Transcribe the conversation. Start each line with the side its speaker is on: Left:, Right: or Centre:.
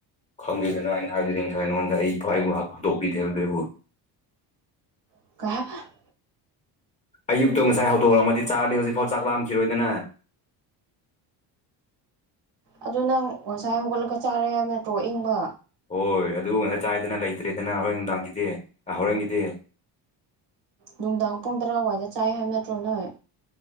Left: ꯈꯪꯈꯗꯦꯗꯅ ꯑꯩꯅ ꯍꯥꯏꯕꯗꯤ ꯉꯁꯥꯏ ꯅꯉꯣꯟꯗ ꯑꯩ ꯄꯥꯏꯕꯣ ꯈꯨꯗꯣꯄ ꯄꯤꯗꯦ <unintelligible>
Right: <unintelligible>
Left: ꯑꯌꯨꯛꯇꯣ ꯉꯁꯥꯏ ꯍꯧꯗꯣꯛꯔꯑꯝꯃꯗꯤ ꯆꯥꯔꯗꯤ ꯍꯧꯖꯤꯛꯐꯥꯎ ꯆꯥꯛ ꯂꯥꯝꯈꯤꯔꯣꯏꯗꯅ
Right: ꯑꯗꯨ ꯅꯪ ꯉꯁꯥꯏ ꯍꯧꯒꯠꯂꯒ ꯆꯥꯔꯦ ꯍꯥꯏꯕ ꯅꯇ꯭ꯔꯣ ꯏꯪꯕ
Left: ꯍꯣꯏ ꯑꯗꯨ ꯉꯠ ꯆꯥꯏꯌꯦꯗꯅ ꯂꯩꯇ꯭ꯔꯦꯗꯅ ꯍꯣꯔꯦꯟ ꯅꯨꯡꯗꯥꯡꯒꯤꯗꯤ ꯑ ꯍꯣꯔꯦꯟꯒꯤꯗꯤ
Right: ꯅꯨꯡꯗꯥꯡ ꯄꯨꯡ ꯇꯔꯥꯋꯥꯏꯗ ꯆꯥꯏ ꯍꯥꯏꯕ ꯅꯠꯇ꯭ꯔꯣ ꯅꯣꯏ